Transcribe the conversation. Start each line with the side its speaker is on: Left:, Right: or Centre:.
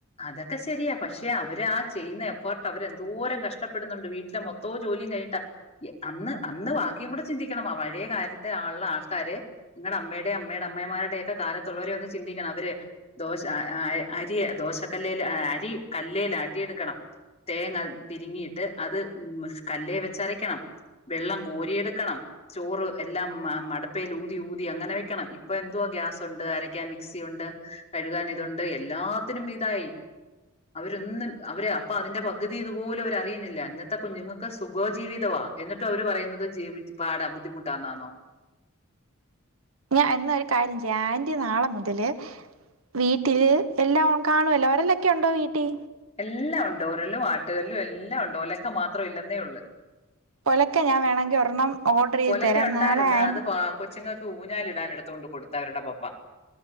Left: അതൊക്കെ ശരിയാ പക് അവർ ആ ചെയ്യുന്ന എഫോർട്ട് അവരെന്തോരം കഷ്ടപ്പെടുന്നുണ്ട് വീട്ടിലെ മൊത്തവും ജോലിയും കഴിഞ്ഞിട്ടാ അന്ന് അന്ന് ബാക്കിയും കൂടെ ചിന്തിക്കണം പഴയ കാലത്തെ ആള്ള ആൾക്കാര് നിങ്ങളുടെ അമ്മയുടെയും അമ്മയുടെ അമ്മമാരുടെയോക്കെ കാലത്തുള്ളവരെ ഒന്ന് ചിന്തിക്കണം അവര് ദോശ ആ അരിയ് ദോശക്കല്ലേൽ അരി കല്ലേലാട്ടിയെടുക്കണം തേങ്ങ തിരിങ്ങിയിട്ട് അത് കല്ലേവെച്ചരക്കണം വെള്ളം കോരിയെടുക്കണം ചോറ് എല്ലാം മടപ്പേൽ ഊതി ഊതി അങ്ങനെ വെക്കണം ഇപ്പൊ എന്തുവാ ഗ്യാസ് ഉണ്ട് അരയ്ക്കാൻ മിക്സി ഉണ്ട് കഴുകാൻ ഇതുണ്ട് എല്ലാത്തിനും ഇതായി അവരൊന്നും അവർ അപ്പൊ അതിന്റെ പകുതി ഇതുപോലും അവർ അറിയുന്നില്ല ഇന്നത്തെ കുഞ്ഞുങ്ങൾക്ക് സുഖജീവിതവാ എന്നിട്ട് അവർ പറയുന്നത് ജീവിച്ച് പാടാ ബുദ്ധിമുട്ടാന്നാണോ
Right: ഞാൻ എന്നാ ഒരു കാര്യം ചെയ്യാ ആന്റി നാളെ മുതല് വീട്ടില് എല്ലാം കാണുവല്ലോ ഒരെലോക്കെ ഉണ്ടോ വീട്ടിൽ
Left: എല്ലാം ഉണ്ട് ഒരലും ആട്ട് കല്ലും എല്ലാം ഉണ്ട് ഒലക്ക മാത്രം ഇല്ലെന്നേ ഉള്ളു
Right: ഒലക്ക ഞാൻ വേണമെങ്കിൽ ഒരെണ്ണം ഓർഡർ ചെയ്ത്
Left: ഒലക്ക
Right: തരാം
Left: ഉണ്ടായിരുന്ന്
Right: നാളെ ആൻ
Left: അത് കൊച്ചുങ്ങൾക്ക് ഊഞ്ഞാലിടാൻ എടുതോണ്ട് കൊടുത്ത് അവരുടെ പപ്പ